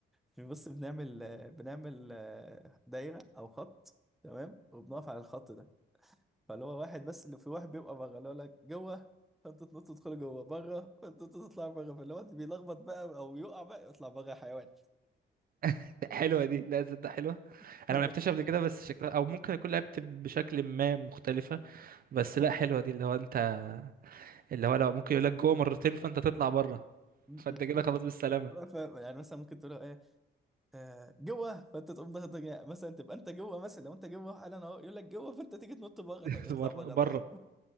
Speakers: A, in the centre; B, on the right.
A: في بص بنعمل آه، بنعمل آه، دايرة او خط تمام وبنقف على الخط ده فاللي هو واحد بس اللي في واحد بيبقى بره اللي هو لك جوه فانتوا تنطوا تدخلوا جوه بره فانتوا تطلعوا بره فاللي هو اللي بيلخبط بقى او يقع بقى يطلع بره يا حيوان
B: <laughs> حلوة دي لا ده حلوة
A: <laughs> م-
B: انا ما لعبتهاش قبل كده بس شكلها او ممكن اكون لعبت بشكل ما مختلفة بس لا حلوة دي اللي هو انت اللي هو لو ممكن يقول لك جوه مرتين فانت تطلع بره
A: م.
B: فانت كده خلاص بالسلامه
A: ف- يعني مثلا ممكن تقول له ايه آه، جوه فانت تقوم ضغط جا- مثلا تبقى انت جوه مثلا لو انت جوه حالا اهو يقول لك جوه فانت تيجي تنط بره
B: <laughs>
A: طب اطلع
B: بره
A: بره بقى
B: بره